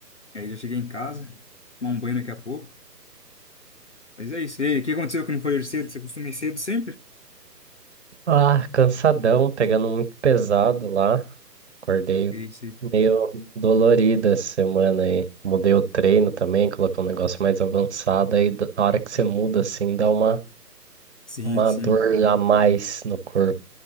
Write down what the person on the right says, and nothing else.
Ah, cansadão, pegando muito pesado lá. Acordei
meio dolorido essa semana aí. Mudei o treino também, coloquei um negócio mais avançado. Aí, da- na hora que você muda assim, dá uma,
uma
dor a mais no corpo.